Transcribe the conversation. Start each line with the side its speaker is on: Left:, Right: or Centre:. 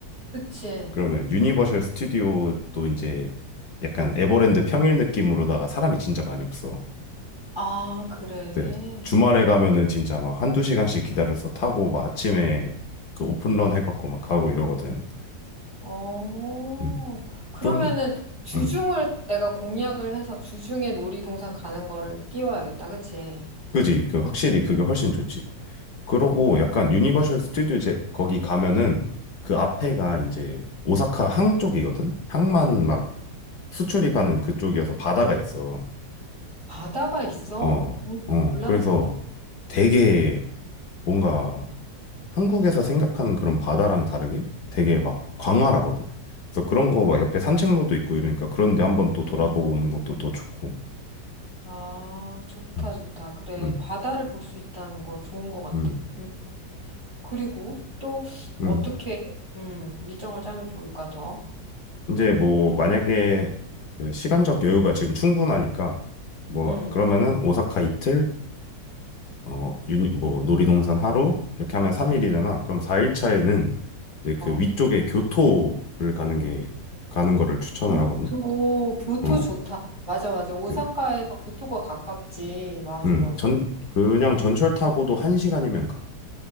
Right: 그치.
Left: 그러면 유니버셜 스튜디오도 이제 약간 에버랜드 평일 느낌으로다가 사람이 진짜 많이 없어.
Right: 아, 그래.
Left: 네. 주말에 가면은 진짜 막 한두 시간씩 기다려서 타고 막 아침에 그 오픈런 해갖고 막 가고 이러거든.
Right: 어.
Left: 음.
Right: 그러면은
Left: 좀,
Right: 주중을
Left: 음.
Right: 내가 공략을 해서 주중에 놀이동산 가는 거를 끼워야겠다. 그치?
Left: 그지. 그 확실히 그게 훨씬 좋지. 그러고
Right: 응.
Left: 약간 유니버셜 스튜디오 제, 거기 가면은 그 앞에가 이제 오사카 항 쪽이거든? 항만 막 수출입하는 그쪽이어서 바다가 있어.
Right: 바다가 있어?
Left: 어,
Right: 음,
Left: 어.
Right: 몰랐네.
Left: 그래서 되게 뭔가 한국에서 생각하는 그런 바다랑 다르게 되게 막 광활하거든. 그래서 그런 거 막 옆에 산책로도 있고 이러니까 그런데 한번 또 돌아보고 오는 것도 더 좋고.
Right: 아, 좋다,
Left: 음,
Right: 좋다. 그래.
Left: 음,
Right: 바다를 볼 수 있다는 거 좋은 거 같아.
Left: 음.
Right: 응. 그리고 또
Left: 음.
Right: 어떻게 음, 일정을 짜면 좋을까 더?
Left: 이제 뭐 만약에 그 시간적 여유가 지금 충분하니까 뭐
Right: 음,
Left: 그러면은 오사카 이틀, 어, 유니, 뭐 놀이동산 하루 이렇게 하면 3일이잖아.
Right: 음,
Left: 그럼 4일 차에는 이제 그
Right: 어.
Left: 위쪽에 교토를 가는 게 가는 거를 추천을
Right: 교토,
Left: 하거든.
Right: 교토
Left: 어.
Right: 좋다. 맞아, 맞아. 오사카에서
Left: 네.
Right: 교토가 가깝지. 맞아,
Left: 음,
Right: 맞아.
Left: 전, 그냥 전철 타고도 한 시간이면 가.